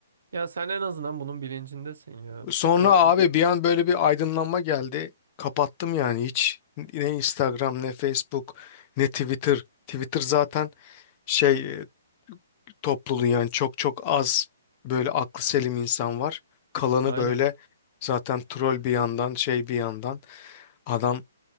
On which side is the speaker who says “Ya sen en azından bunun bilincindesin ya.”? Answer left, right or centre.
Right